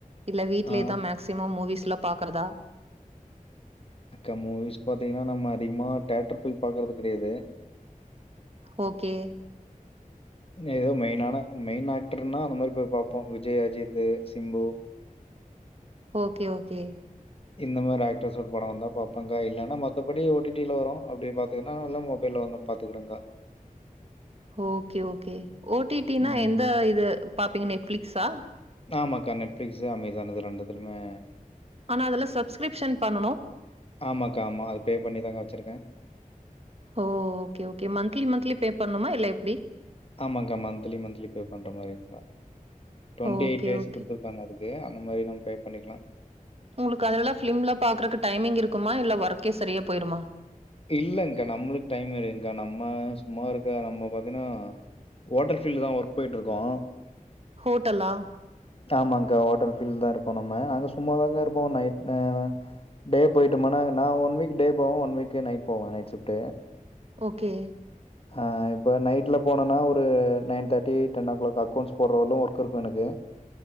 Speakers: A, on the right; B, on the left.
A: இல்ல வீட்லேதா
B: ஆ
A: மேக்சிமம் மூவிஸ்லா பாக்றதா
B: அக்கா மூவிஸ் பாத்தீங்கனா நம்ம அதிகமா தேட்டர் போய் பாக்குறது கெடயாது
A: ஓக்கே
B: எதோ மெயினான மெயின் ஆக்டர்னா அந்த மாரி போய் பாப்போ விஜய் அஜித்து சிம்பு
A: ஓக்கே ஓக்கே
B: இந்த மாரி ஆக்டர்ஸோட படோ வந்தா பாப்போங்க்கா இல்லனா மத்தபடி ஓடிடில வரு அப்டியே பாத்துக்கினா இல்ல மொபைல வந்ரு பாத்துக்கறங்கா
A: ஓகே ஓகே ஓ டீ டீ னா
B: ம்
A: எந்த இது பாப்பீங்க நெட்ஃப்ளிக்ஸா
B: ஆமாங்க்கா நெட்ஃப்ளிக்ஸு அமேசான் இது ரெண்டுத்துலமே
A: ஆனா அதுல்லா சப்ஸ்க்ரிப்ஷன் பண்ணனு
B: ஆமாக்கா ஆமா அது பே பண்ணி தாக்கா வெச்சுருக்கே
A: ஓ okay okay monthly monthly pay பண்ணுமா இல்ல எப்டி
B: ஆமாங்கா மந்த்லி மந்த்லி பே பண்ற மாரி இருக்குகா twenty
A: okay
B: eight days
A: okay
B: குடுத்துருக்காங்க அதுக்கு. அந்த மாரி நம்ம பே பண்ணிக்கலா.
A: உங்களுக்கு அதெல்லா ஃப்லிம்ல பாக்குறது டைமிங் இருக்குமா. இல்ல வொர்க்கே சரியா போய்ருமா
B: இல்லங்கா நம்மளுக்கு டைம் இருங்க்கா. நம்ம சும்மா இருக்கா நம்ம பாத்தன்னா ஓட்டல் ஃபீல்ட் தா வொர்க் போய்ட்ருக்கோ.
A: ஹோட்டலா
B: ஆமாங்கா ஹோட்டல் ஃபீல்ட் தா இருக்கோ நம்ம. அங்க சும்மாதாகா இருப்போ நைட் ந டே போய்ட்டோமன்னா நா ஒன் வீக் டே போவே. ஒன் வீக் நைட் போவே நைட் ஷிஃப்டு
A: ஓகே
B: அ ஆ இப்ப நைட்ல போனோன்னா ஒரு nine thirty ten o'clock accounts போட்றவளூ வொர்க் இருக்கு எனக்கு.